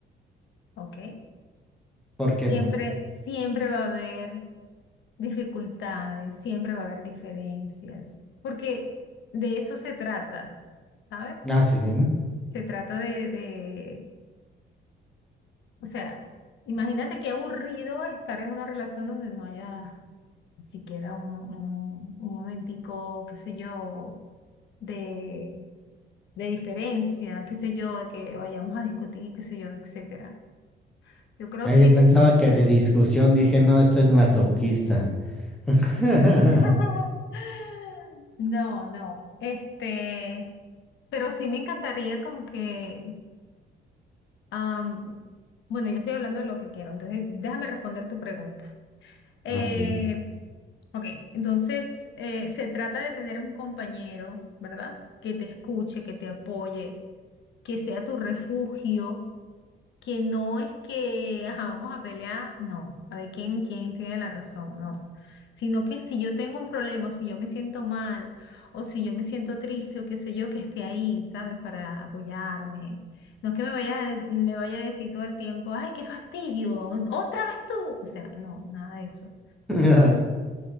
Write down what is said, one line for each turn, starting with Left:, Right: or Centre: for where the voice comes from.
Left: ¿ok?
Centre: ¿Por
Left: Siempre,
Centre: qué no?
Left: siempre va a haber dificultades, siempre va a haber diferencias, porque de eso se trata, ¿sabes?
Centre: Ah, sí, sí.
Left: Se trata de, de, o sea, imagínate qué aburrido estar en una relación donde no haya ni siquiera un, un, un momentico, qué sé yo, de de diferencia, qué sé yo, de que vayamos a discutir, qué sé yo, etcétera. Yo creo
Centre: Ah,
Left: que
Centre: yo pensaba que de discusión dije, no, esta es masoquista. <laughs>
Left: <laughs> no, no. Este, pero sí me encantaría como que am, bueno, yo estoy hablando de lo que quiero, entonces déjame responder tu pregunta. Eh,
Centre: Ok.
Left: ok, entonces eh, se trata de tener un compañero, ¿verdad? Que te escuche, que te apoye, que sea tu refugio que no es que, ajá, vamos a pelear, no, a ver quién, quién tiene la razón, no. Sino que si yo tengo un problema, o si yo me siento mal, o si yo me siento triste, o qué sé yo, que esté ahí, ¿sabes? Para apoyarme. No es que me vaya a, des- me vaya a decir todo el tiempo, ay, qué fastidio, otra vez tú. O sea, no, nada de eso.
Centre: <laughs>